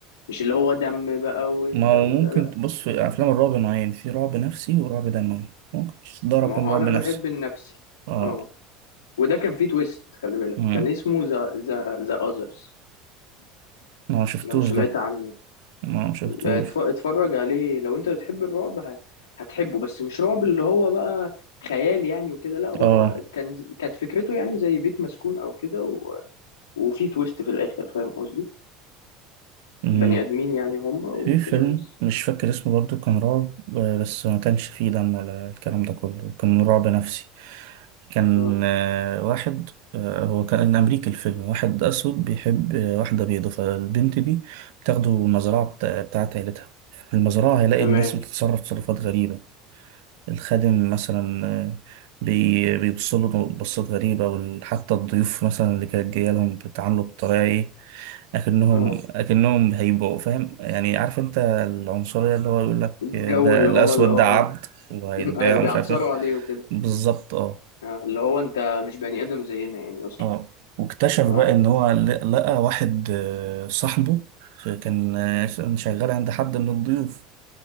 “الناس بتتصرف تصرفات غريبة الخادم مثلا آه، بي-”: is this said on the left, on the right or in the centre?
Right